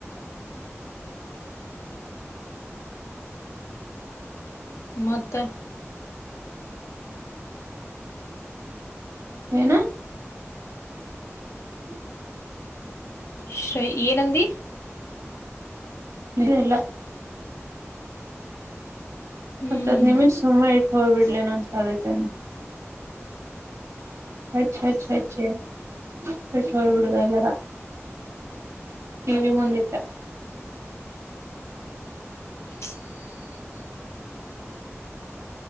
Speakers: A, on the left; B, on the right.
A: ಹ ಮತ್ತ
B: ಏನು ಹ
A: ಶ್ರ ಏನಂದ
B: ನೀಲ್ಲ
A: ಹ್ಮ್
B: ಹತ್ತದ್ ನಿಮಿಷ್ ಸುಮ ಇಟ್ಟು ಹೋಗ್ಬ ಬಿಡ್ಲನೊಂದ್ಸಧೈತೇನೆ ಅ ಅ ಅೆ ಪಠಬಡದಲ್ಲರ ಟಿ ವಿ ಮುಂದಿಟ್ಟ
A: ಹ